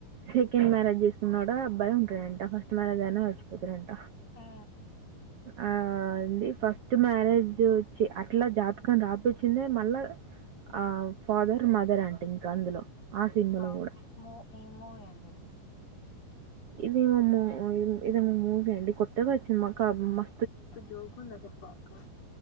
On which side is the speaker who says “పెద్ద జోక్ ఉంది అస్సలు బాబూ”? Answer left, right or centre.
Left